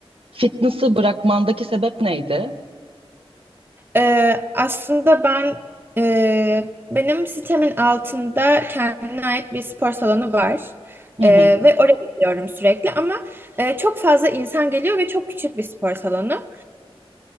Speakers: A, on the right; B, on the right.
A: Fitness'ı bırakmandaki sebep neydi?
B: Ee, aslında ben e, benim sitemin altında kendine ait bir spor salonu var.
A: Hı
B: Ee,
A: hı.
B: ve oraya gidiyorum sürekli ama e, çok fazla insan geliyor ve çok küçük bir spor salonu.